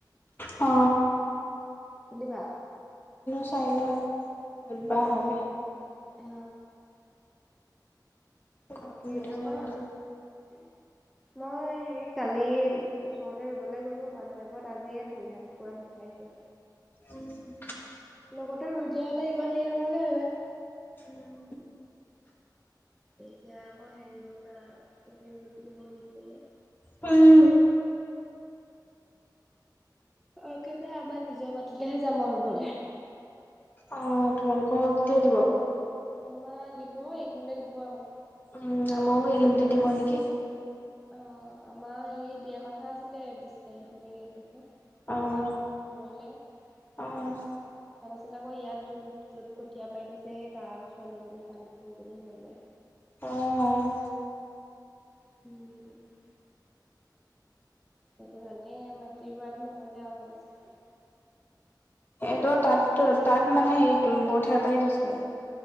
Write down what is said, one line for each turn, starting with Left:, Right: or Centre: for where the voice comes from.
Left: অ।
Centre: তুলিবা?
Left: চাই লওঁ, ক'তবা হয়।
Centre: অ
Left: ঘৰকো
Centre: তাকে
Left: সুধি
Centre: আমাৰ,
Left: চাব লাগিব।
Centre: মই হেৰি কালি, ওচৰতে ৰুবলৈ গ'লো মানুহ এঘৰত, আজিয়ে ভৰি-হাতবোৰ পুৰা বিষাইছে।
Left: উম
Centre: লগতে ৰুই দিয়া হ'লে ইমান হেৰি নহ'লে হ'লে।
Left: উম
Centre: এতিয়া আকৌ হেৰি হ'ল না, এদিন দুদিন বহি দিলো যে।
Left: <unintelligible>
Centre: একেবাৰে আমাৰ নিজৰ মাটিলেহে যাম আৰু ৰুবলে।
Left: অ, তোমালোকৰ কেতিয়া দিব?
Centre: আমাৰ দিব, এই কেইদিনতে দিব আমাৰ।
Left: উম, আমাৰো এই কেইদিনতে দিব নেকি।
Centre: অ, আমাৰ হেৰি দিয়া কথা আছিলে, বিছ তাৰিখে নে কেই তাৰিখে
Left: অ',
Centre: তাৰপা মানু্হ মৰিলে। তাৰপাছত
Left: অ',
Centre: আকৌ ইয়াত যোন য'ত কঠীয়া পাৰি থৈছে, সেই তাৰো ছোৱালী এজনী পানীত পৰি পেনি মৰিলে।
Left: অ'
Centre: উম সেইটো কাৰণে এই মাটি ৰুৱাটো নহ'লে আৰু <unintelligible>
Left: সেই ত তাত
Centre: অ'
Left: ত তাত মানে হেৰি কঠীয়া পাৰি থৈছিলে।